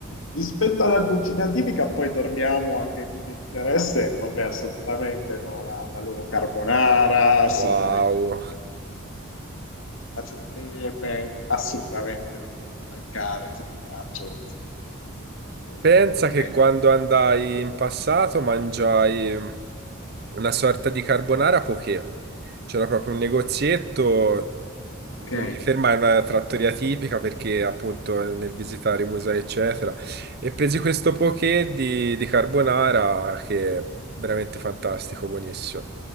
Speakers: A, on the left (about 75°); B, on the right (about 50°).
A: Rispetto alla cucina tipica, poi torniamo anche ai punti di interesse. Vabbè, assolutamente no, la, la loro carbonara, assolutamente
B: Wow.
A: cacio e pepe, assolutamente non devono mancare se ti piacciono, insomma, se trovi
B: Pensa
A: il tuo gradimento.
B: che quando andai in passato mangiai una sorta di carbonara poché. C'era proprio un negozietto,
A: Ok.
B: non mi fermai in una trattoria tipica perché appunto nel visitare i musei eccetera, e presi questo poké di, di carbonara che è veramente fantastico, buonissimo.